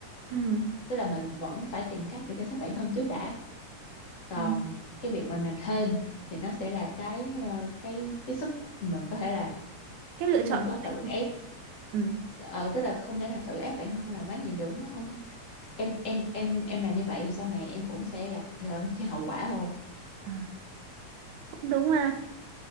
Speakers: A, on the right (about 85°); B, on the left (about 30°).
A: ừ
B: tức là mình vẫn phải tìm cách để chăm sóc bản thân trước đã còn
A: Ờ,
B: cái việc mình làm thêm thì nó sẽ là cái ờ, cái cái sức mình có thể làm
A: cái lựa
B: chứ
A: chọn
B: không có
A: của mình
B: tự
A: đúng
B: ép
A: ừ
B: ờ tức là không thể làm tự ép bản thân làm quá nhiều được nó không có- em em em em làm như vậy thì sau này em cũng sẽ gặp ờ, cái hậu quả thôi
A: à, cũng đúng ha